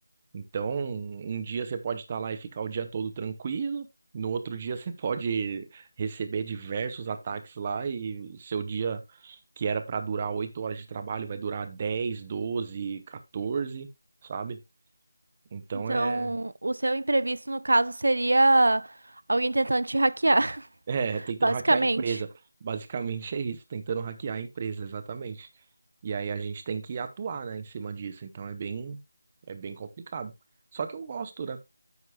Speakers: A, on the right (about 20°); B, on the right (about 75°).
A: Então, um dia você pode estar lá e ficar o dia todo tranquilo, no outro dia você <laughs> pode receber diversos ataques lá e seu dia que era para durar 8 horas de trabalho vai durar 10 12 14, sabe? Então
B: Então,
A: é,
B: o seu imprevisto, no caso, seria alguém tentando te hackear, <laughs>
A: <laughs> é tentando
B: basicamente.
A: hackear a empresa. Basicamente é isso, tentando hackear a empresa, exatamente. E aí a gente tem que atuar, né, em cima disso. Então é bem, é bem complicado. Só que eu gosto, né?